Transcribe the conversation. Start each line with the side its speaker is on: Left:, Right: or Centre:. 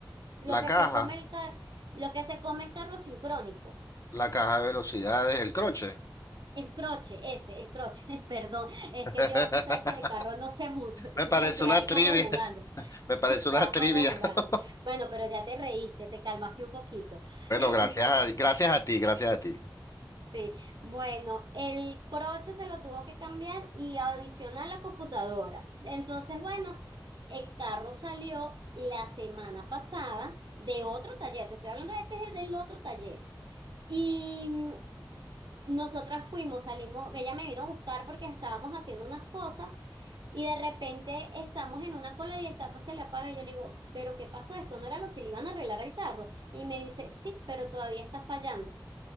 Right: lo
Left: la
Right: que
Left: caja,
Right: se come el ca- lo que se come el carro sincrónico.
Left: la caja de velocidades, el croche.
Right: El croche, ese, el croche, <laughs> perdón. Es
Left: <laughs>
Right: que yo, tú sabes que el carro no sé mucho. <laughs>
Left: Me
Right: Estoy
Left: parece una
Right: aquí
Left: trivia.
Right: como jugando. <laughs>
Left: Me parece
Right: Sí, estaba
Left: una trivia.
Right: como jugando.
Left: <laughs>
Right: Bueno, pero ya te reíste, te calmaste un poquito.
Left: Bueno,
Right: <laughs>
Left: gracias a, gracias a ti, gracias a ti.
Right: Sí, bueno, el croche se lo tuvo que cambiar y adicionar la computadora. Entonces, bueno, el carro salió la semana pasada de otro taller, te estoy hablando de este, es el del otro taller. Y mm, nosotras fuimos, salimos, ella me vino a buscar porque estábamos haciendo unas cosas y de repente estamos en una cola y el carro se le apaga. Y yo le digo, ¿pero qué pasó? Esto no era lo que le iban a arreglar al carro. Y me dice, sí, pero todavía está fallando.